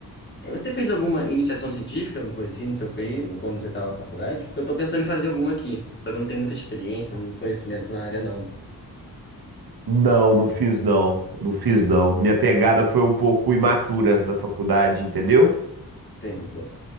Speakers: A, on the left; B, on the right.
A: Eh, Você fez alguma iniciação científica, alguma coisa assim, no seu período, quando você tava na faculdade? Porque eu tô pensando em fazer alguma aqui, só que eu não tenho muita experiência, muito conhecimento na área, não.
B: Não, não fiz não, não fiz não. Minha pegada foi um pouco imatura na faculdade, entendeu?
A: Entende, né?